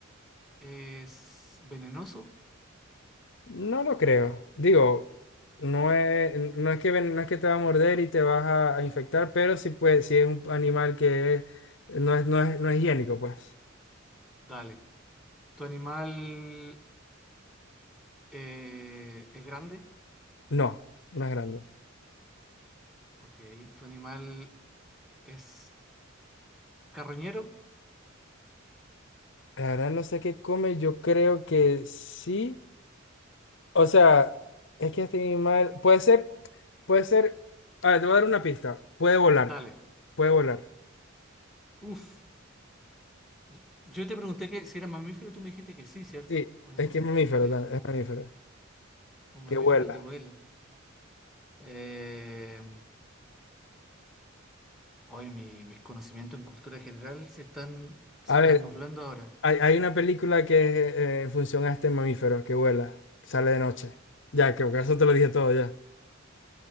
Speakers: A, in the centre; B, on the left (about 60°).
A: es venenoso?
B: No lo creo. Digo, no es, no es que ven- no es que te va a morder y te vas a, a infectar, pero sí puede, sí es un animal que es- no es, no es, no es higiénico, pues.
A: Dale. ¿Tu animal eh, es grande?
B: No, no es grande.
A: Ok, ¿tu animal ¿Es carroñero?
B: La verdad no sé qué come, yo creo que sí. O sea, es que este animal puede ser, puede ser. A ver, te voy a dar una pista. Puede volar.
A: Dale.
B: Puede volar.
A: Uf. Yo yo te pregunté que si era mamífero, tú me dijiste que sí, ¿cierto?
B: Sí,
A: ¿O no?
B: es que es mamífero,
A: Sí.
B: tan- es mamífero.
A: Un
B: Que
A: mamífero
B: vuela.
A: que vuela. Eh, hoy mi- mis conocimientos en cultura general se están, se
B: A
A: están
B: ver,
A: nublando ahora.
B: hay, hay una película que es eh, en función a este mamífero que vuela, sale de noche. Ya, creo que eso te lo dije todo ya.